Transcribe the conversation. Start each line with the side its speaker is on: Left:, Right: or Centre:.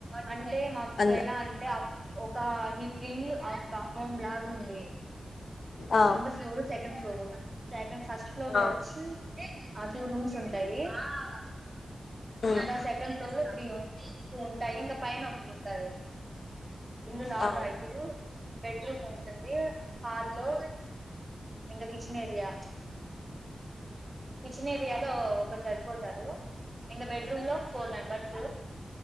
Right: అంటే మాకు
Left: అంద
Right: ఎలా అంటే అ ఒక హి ఇల్లు అక్క హోమ్ లాగుంది.
Left: ఆ
Right: రెండొ floor second floor second first ఫ్లోర్లో
Left: ఆ
Right: వచ్చి ఆహ్ టూ రూమ్స్ ఉంటాయి. ఆహ్.
Left: ఉమ్
Right: ఇంకా సెకండ్ ఫ్లోర్లో త్రీ ఉన్ ఉంటాయి. ఇంకా పైన ఒకట్ ఉంటాయి. ఇందులాగ
Left: ఆ
Right: ఇప్పుడు బెడ్రూమ్ ఉంటుంది. హాల్లో ఇంకా కిచెన్ ఏరియా కిచెన్ ఏరియా లో ఒకడు సరిపోతారు ఇంకా బెడ్రూమ్ లో ఫోర్ మెంబర్స్.